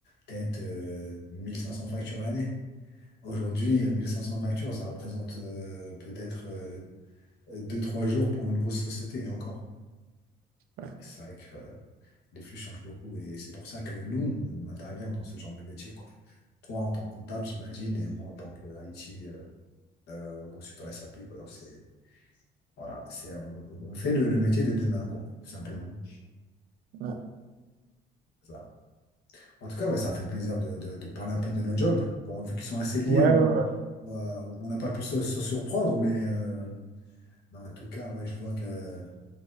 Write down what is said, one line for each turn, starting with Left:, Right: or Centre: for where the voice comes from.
Left: peut-être, euh, 1500 factures l'année. Aujourd'hui, euh, 1500 factures, ça représente, euh, peut-être, euh, deux trois jours pour une grosse société, et encore.
Right: Ouais,
Left: C'est vrai que euh, Les flux changent beaucoup et c'est pour ça que nous, on intervient dans ce genre de métier, quoi. Toi, en tant que comptable, j'imagine, et moi, en tant que IT, euh, euh, consultant SAP, quoi. Donc, c'est, voilà, c'est, on, on fait le, le métier de demain, quoi, tout simplement.
Right: ouais,
Left: Ça. En tout cas, ouais, ça fait plaisir de, de- de parler un peu de nos jobs. Bon, vu qu'ils sont assez liés,
Right: ouais,
Left: on
Right: ouais.
Left: euh, on n'a pas pu se, se surprendre, mais euh, bah, en tout cas, ouais, je vois que,